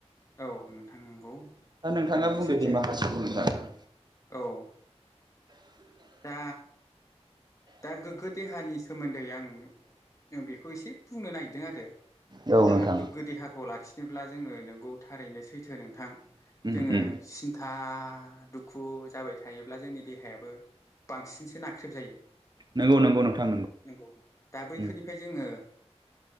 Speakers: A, on the left; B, on the right.
A: औ नोंथां नंगौ
B: दा नोंथाङा
A: थारैनो
B: बुंदो
A: सैथो
B: दे माखासेखौ नोंथाङा
A: औ दा दा गोग्गो देहानि सोमोन्दै आं बेखौ एसे बुंनो नागिरदों आरो
B: औ
A: दा
B: नोंथां
A: गोग्गो देहाखौ लाखिनोब्ला जोङो नोंगौ थारैनो सैथो नोंथां
B: उम
A: जोङो
B: उम
A: सिन्था दुखु जाबाय थायोब्ला जोंनि देहायाबो बांसिनसो नाख्रेब जायो
B: नंगौ नंगौ नोंथां
A: नंगौ दा बैफोरनिफ्राय
B: उम
A: जोङो